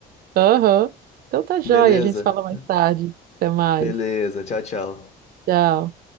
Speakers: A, on the right; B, on the left.
A: Aham. Então tá joia,
B: Beleza?
A: a gente se fala mais tarde. Até mais.
B: Beleza, tchau, tchau.
A: Tchau.